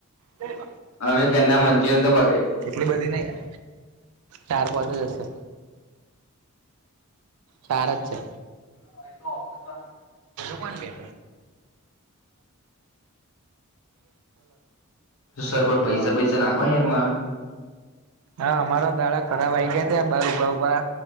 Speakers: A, on the right (about 80°); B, on the left (about 80°).
A: હ
B: આની પેલા મંચુરિયન તો બ
A: કેટલી બધી નહી હે. ચાર પાંચ જ હશે. ચાર જ છે.
B: <inaudible>
A: બોલ હવે.
B: સરબત પૈસા બઈસા નાખો ને યાર મારા.
A: હા અમારા દાળક ખરાબ આવી ગયા તે બહાર ઊભા ઉભા.